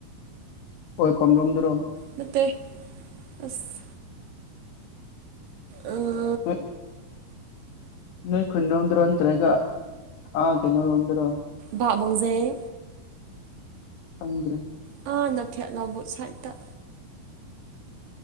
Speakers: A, on the left; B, on the right.
A: ꯍꯣꯏ ꯄꯝ ꯔꯣꯝꯗꯨꯔꯣ
B: ꯅꯠꯇꯦꯛ ꯑꯁ ꯎ
A: ꯍꯣꯏ ꯅꯣꯏ ꯈꯨ ꯅꯣꯗ꯭ꯔꯣ ꯑꯣꯇ꯭ꯔꯦꯒꯒꯦ ꯅꯣꯟ꯭ꯔꯣ
B: ꯀꯥꯃꯨꯡꯖꯩ
A: ꯐꯗꯔꯤ
B: ꯀꯥꯟꯅ ꯐꯦꯠꯂꯕꯨ ꯁꯥꯏꯠꯇ